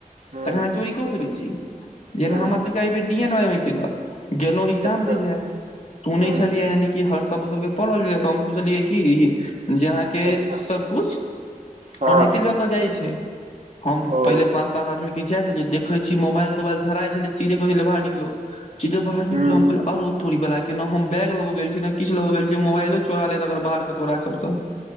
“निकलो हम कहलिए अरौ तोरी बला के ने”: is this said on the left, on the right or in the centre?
Left